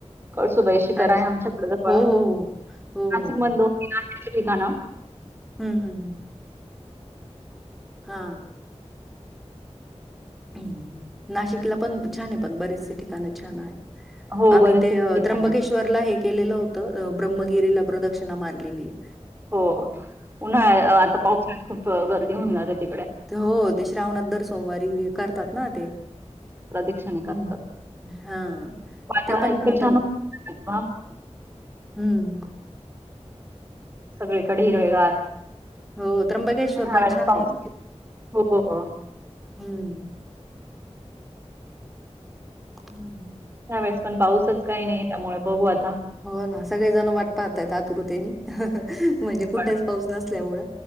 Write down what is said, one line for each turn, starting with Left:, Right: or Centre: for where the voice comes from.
Right: कळसुबाई शिकरा
Centre: अच्छा
Right: आहे आमच्याकड. प
Centre: हो
Right: नाशिक
Centre: हो हो हो
Right: मध्ये
Centre: हो.
Right: दोन तिन आहे कीती का ना
Centre: हम्म हम्म हम्म हा ह् नाशिकला पण छान आहे पण बरेचसे ठिकाण छान आहे.
Right: हो,
Centre: आम्ही
Right: बरेचसे
Centre: ते
Right: ठिकाण
Centre: त्र्यंबकेश्वरला
Right: आहेत.
Centre: हेक केलेलं होतं, ब्रह्मगिरीला प्रदक्षिणा मारलेली हे
Right: हो उन्हाळा आता पावसाळा खूप ग घेऊन लाग ते
Centre: हो ते श्रावणात दर सोमवारी करतात ना ते
Right: प्रदक्षिणे करतात.
Centre: हम् हा
Right: वातावरण
Centre: ते पण
Right: इतकं छान
Centre: तर
Right: होतं ना
Centre: हम्म
Right: सगळीकडे हिरवेगार
Centre: हो त्र्यंबकेश्वर
Right: उन्हाळ्यात
Centre: पण छान
Right: पावसाळा
Centre: आहे
Right: हो पो ग
Centre: हम्म हं.
Right: वेळेस पण पाऊसच काही नाहीये त्यामुळे बघू आता.
Centre: हो ना सगळे जण वाट पाहतय आतुरतेनी ह ह ह म्हणजे कुठेच
Right: पण-
Centre: पाऊस नसल्यामुळे